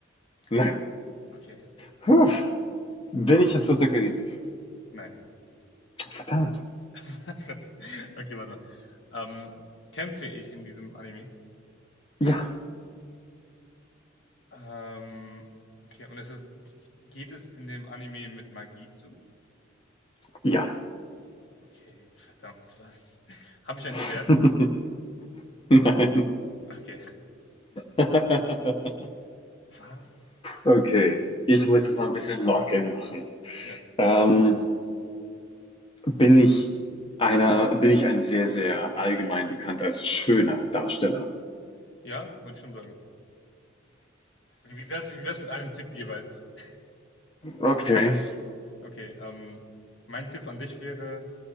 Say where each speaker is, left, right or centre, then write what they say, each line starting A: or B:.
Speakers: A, on the left; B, on the left.
A: Nein.
B: Okay.
A: Puh. Bin ich in Fluss der Karibik?
B: Nein.
A: Verdammt.
B: <laughs> Verdammt. Okay, warte mal. Ähm, kämpfe ich in diesem Anime?
A: Ja.
B: Ähm, okay, und es ist, geht es in dem Anime mit Magie zu?
A: Ja.
B: Okay, verdammt, was? Habe ich ein
A: <laughs>
B: Schwert?
A: Nein.
B: Okay,
A: <laughs>
B: was?
A: okay. Ich muss jetzt mal ein bisschen Login machen.
B: Ja,
A: Ähm, Bin ich einer bin ich ein sehr, sehr allgemein bekannt als schöner Darsteller?
B: ja, würde ich schon sagen. Wie wie wär's, wie wär's mit einem Tipp jeweils? <laughs>
A: Okay.
B: Okay, ähm, mein Tipp an dich wäre,